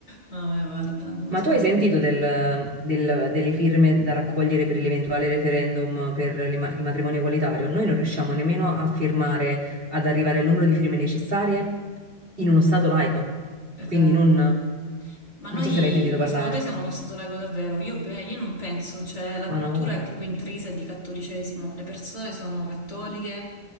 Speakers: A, on the left; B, on the right.
A: Vabbè, guarda, non
B: Ma
A: lo so,
B: tu hai sentito del- del- delle firme da raccogliere per l'eventuale referendum per le ma- il matrimonio egualitario? Noi non riusciamo nemmeno a firmare, ad arrivare al numero di firme necessarie in uno stato laico.
A: è
B: Quindi
A: vero.
B: non...
A: Ma
B: Non
A: noi,
B: so se l'hai sentito
A: ma
B: parlare.
A: secondo te siamo lo Stato laico davvero? Io, beh, io non penso, cioè la
B: Ma
A: cultura
B: no,
A: è proprio intrisa di cattolicesimo, le persone sono cattoliche,